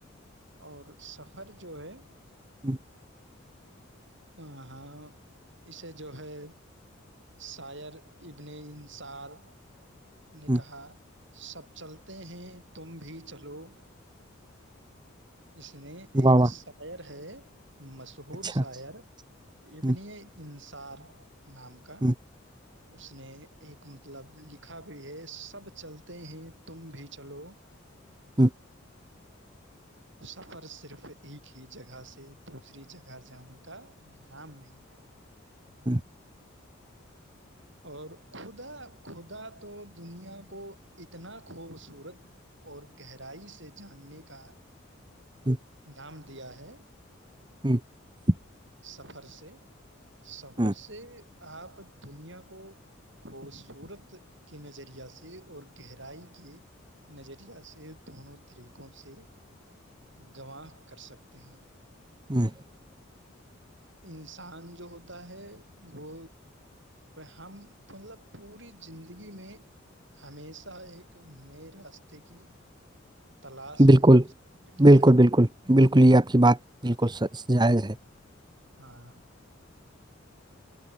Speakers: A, on the right; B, on the right.
A: ہر <unintelligible> <unintelligible> سفر جو ہے <unintelligible>
B: ہوں،
A: <unintelligible> ہاں اسے جو ہے شاعر ابن انصار <unintelligible> <unintelligible> نکحا
B: ہوں،
A: <unintelligible> <unintelligible> سب چلتے ہیں تم بھی چلو <unintelligible> <unintelligible> اس میں ایک
B: واہ واہ
A: شائر ہے <unintelligible> <unintelligible> مشہور
B: اچھا
A: شاعر
B: ہوں،
A: اب <unintelligible> <unintelligible> چار <unintelligible> <unintelligible> نام کا
B: ہوں،
A: <unintelligible> <unintelligible> اس نے ایک مطلب لکھا بھی ہے سب چلتے ہیں تم بھی چلو <unintelligible>
B: ہوں، ہوں،
A: سفر صرف ایک ہی جگہ سے دوسری جگہ جانے کا رام نہیں ہے <unintelligible>
B: ہوں،
A: اور خدا خدا تو دنیا کو اتنا خوبصورت اور گہرائی سے جاننے کا
B: ہوں،
A: دام <unintelligible> دیا ہے <unintelligible>
B: ہوں <unintelligible>
A: سفر سے سفر
B: ہوں،
A: سے <unintelligible> آپ دنیا کو خوبصورت کے نظریہ سے اور گہرائی کے نظرییا سے دونوں طریقوں سے گواہ <unintelligible> کر سکتے ہیں <unintelligible>
B: ہوں <unintelligible>
A: انسان جو ہوتا ہے وہ ہم مطلب پوری زندگی میں ہمیشہ ایک نئے راستے <unintelligible> کی تلاش
B: بالکل
A: میں سفر کیا
B: بالکل
A: ہے
B: بالکل
A: <unintelligible>
B: بالکل یہ آپ کی بات <unintelligible> انال کو جائز ہے <unintelligible>
A: ہاں